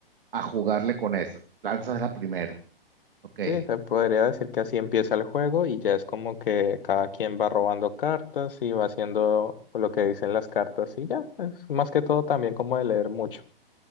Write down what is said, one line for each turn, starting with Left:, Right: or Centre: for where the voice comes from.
Right: a jugarle con esas. Lanzas la primera. Ok.
Left: Sí, se podría decir que así empieza el juego y ya es como que cada quien va robando cartas y va haciendo lo que dicen las cartas y ya, es más que todo también como de leer mucho.